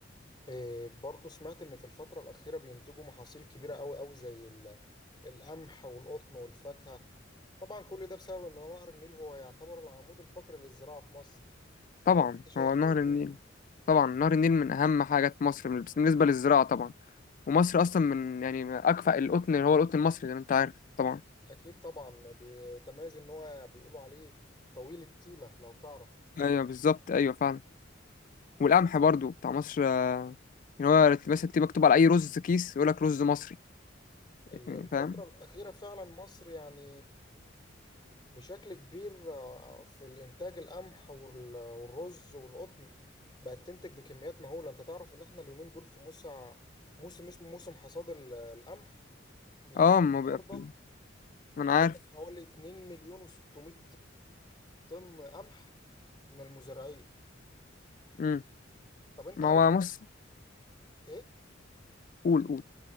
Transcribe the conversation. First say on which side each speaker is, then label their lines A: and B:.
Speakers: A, on the left; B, on the left.
A: إيه، برضو سمعت ان في الفترة الأخيرة بينتجوا محاصيل كبيرة قوي قوي زي ال- القمح والقطن والفاكهة طبعا كل ده بسبب ان نهر النيل هو يعتبر العمود الفقري للزراعة في مصر
B: طبعا
A: ولا انت شايف
B: هو نهر
A: ايه؟
B: النيل طبعا نهر النيل من اهم حاجه في مصر بس بالنسبه للزراعه طبعا ومصر اصلا من يعني اكفأ القطن اللي هو القطن المصري زي ما انت عارف طبعا
A: اكيد طبعا بتميز ان هو بيقولوا عليه طويل التيلة لو تعرف
B: ايوه بالظبط ايوه فعلا والقمح برضو بتاع مصر آه، يعني هو مثلا تبقى مكتوب على اي رز كيس يقول لك رز مصري
A: ال-
B: يعني
A: الفترة
B: فاهم
A: الأخيرة فعلا مصر يعني بشكل كبير آه، في الإنتاج القمح وال- والرز والقطن بقت تنتج بكميات مهولة أنت تعرف إن إحنا اليومين دول في موسع موسم اسمه موسم حصاد ال- القمح لحد
B: اه ما
A: النهاردة
B: بيبقى في- ما انا
A: جابوا
B: عارف
A: حوالي 2 مليون و600 طن قمح من المزارعين
B: امم
A: طب أنت
B: ما
A: عارف
B: هو مصر
A: إيه؟
B: قول قول